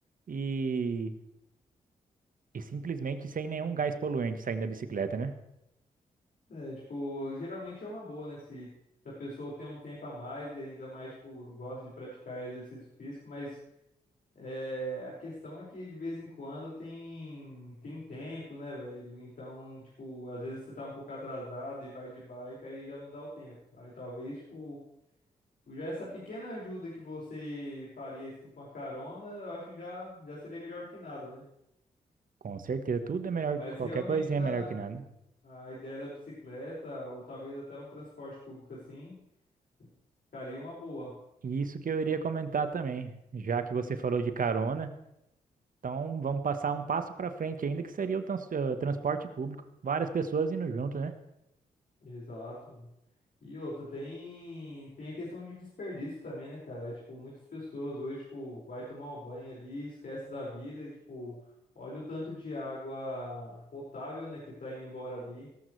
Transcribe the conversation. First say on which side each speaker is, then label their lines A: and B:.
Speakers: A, on the right; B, on the left.
A: e, e simplesmente sem nenhum gás poluente saindo da bicicleta, né?
B: É, tipo, geralmente é uma boa, né? Se se a pessoa tem um tempo a mais e ainda mais, tipo, gosta de praticar exercício físico, mas É, a questão é que de vez em quando tem tem tempo, né, velho? Então, tipo, às vezes você tá um pouco atrasado e vai de bike, aí já não dá o tempo. Aí talvez, tipo, já essa pequena ajuda que você faria assim com a carona, eu acho que já já seria melhor que nada, né?
A: Com certeza, tudo é melhor,
B: Mas
A: qualquer
B: realmente
A: coisinha
B: da
A: é melhor que nada.
B: a ideia da bicicleta ou talvez até um transporte público assim, ficaria uma boa.
A: E isso que eu iria comentar também, já que você falou de carona, então vamos passar um passo para frente ainda, que seria o trans- eh, transporte público. Várias pessoas indo junto, né?
B: Exato, mano. E outra, tem, tem a questão de desperdício também, né, cara? Tipo, muitas pessoas hoje, tipo, vai tomar um banho ali, esquece da vida e, tipo, olha o tanto de água potável, né, que tá indo embora ali.